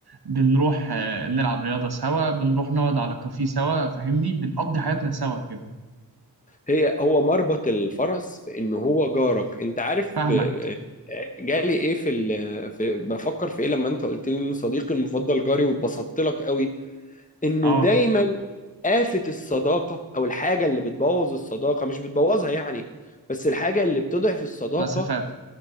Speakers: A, on the right; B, on the left.
A: بنروح آه، نلعب رياضة سوا بنروح نقعد على كافيه سوا فاهمني بنقضي حياتنا سوا كده
B: هي هو مربط الفرس في ان هو جارك انت عارف
A: فاهمك
B: ب- جالي ايه في, ال... في بفكر في ايه لما انت قلت لي ان صديقي المفضل جاري واتبسطت لك قوي انه
A: اه
B: دايما آفة الصداقة او الحاجة اللي بتبوظ الصداقة مش بتبوظها يعني بس الحاجة اللي بتضعف الصداقة
A: مسافات